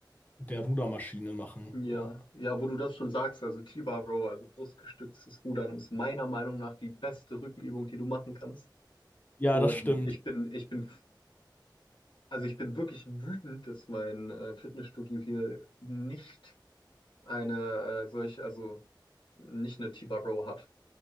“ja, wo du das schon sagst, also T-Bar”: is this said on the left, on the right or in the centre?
Left